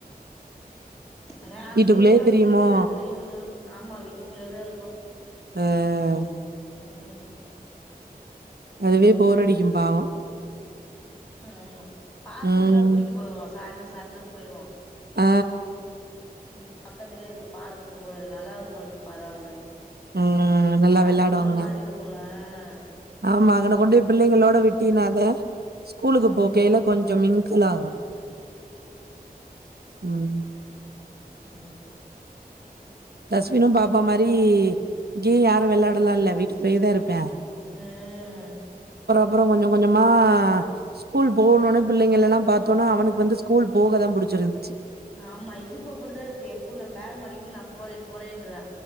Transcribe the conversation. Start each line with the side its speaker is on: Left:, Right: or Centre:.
Centre: ஆனா அங்கயே
Right: வீட்டுக்குள்ளயே
Centre: அங்க
Right: திரியுமோ
Centre: போய் கேட்ட எடத்துலயு ஆமா வீட்டுக்குள்ளேதா இருக்கும்
Right: ம்
Centre: ம்
Right: அதுவே போரடிக்கு பாவோ
Centre: ஆமா பார்குக்குல்லா
Right: ம்.
Centre: கூட்டிட்டு போவோ சாய்ந்தரொ சாய்ந்தரொ போய்டுவோ
Right: ஆ
Centre: ம் பக்கத்துலே இருக்கு பார்க்குக்கு போய்றனால அவளுக் கொஞ்சொ பரவால்ல
Right: ம். நல்லா
Centre: ல
Right: வெளாடுவாங்களா?
Centre: அதுக்கு ஒரு மாரி இருக்குல்ல ஆ
Right: ஆமா அங்கன கொண்டுபோய் பிள்ளைங்களோட விட்டினா த ஸ்கூலுக்கு
Centre: ஆமா
Right: போகைல கொஞ்சம் மிங்குல் ஆகும் ம்
Centre: அ
Right: டஸ்பினு பாப்பா மாரி இங்கேயு யாரும் வெள்ளாடலா இல்ல வீட்டுக்குள்ளயேத இருப்பே
Centre: ம்
Right: அப்றொ கொஞ்சொ கொஞ்சமா ஸ்கூல் போகணுன்னு
Centre: ம்
Right: பிள்ளங்களல்லா பாத் த்தோன அவனுக்கு வந்து ஸ்கூல் போக தா புடிச்சிருந்துச்சு
Centre: ஆமா இதுக்கு அப்படித்தா இருக்கு எப்ப நா பேக மாட்டிக்கிட்டு நா போறே போறேன்றா